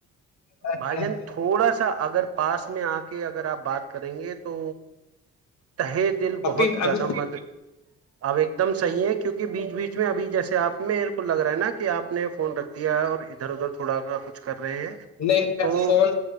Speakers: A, on the left; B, on the right.
A: ہے
B: بھجن تھوڑا سا اگر پاس اس میں آ کے اگر آپ بات کریں گے تو تہ دل
A: ابھی
B: بہت زیادہ
A: ابھی
B: مر اب ایک دم صحیح ہے کیونکہ بیچ بیچ میں ابھی جیسے آپ میرے کو لگ رہا ہے نا کہ آپ نے فون رکھ دیا ہے اور ادھر ادھر تھوڑا کچ کر رہے ہیں
A: نہیں نہیں میں
B: تو
A: فون